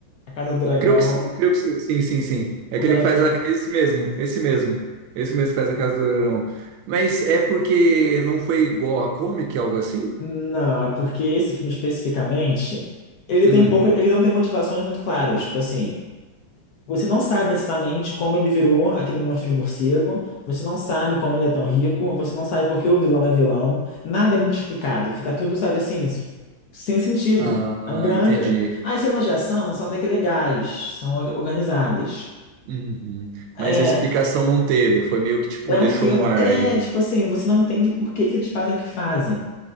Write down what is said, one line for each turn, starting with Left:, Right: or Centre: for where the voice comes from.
Left: A Casa do Dragão,
Right: Creio que sim, creio que sim, sim, sim, sim. É
Left: o
Right: aquele
Left: branco.
Right: que faz a... esse mesmo, esse mesmo. Esse mesmo que faz a Casa do Dragão. Mas é porque não foi igual a comic, algo assim?
Left: Não, é porque esse filme especificamente, ele
Right: Hum.
Left: tem pouco, ele não tem motivações muito claras. Tipo assim, você não sabe exatamente como ele virou aquele monstro de morcego, você não sabe como ele é tão rico, você não sabe por que o vilão é vilão, nada é muito explicado, fica tudo, sabe assim, s- sem sentido.
Right: Ah,
Left: É um grande.
Right: entendi.
Left: As cenas de ação são até que legais, são or- organizadas.
Right: Uhum.
Left: É,
Right: Mas a explicação não teve, foi meio que tipo,
Left: é
Right: deixou
Left: um filme.
Right: no ar
Left: É,
Right: aí.
Left: tipo assim, você não entende por que que eles fazem o que fazem.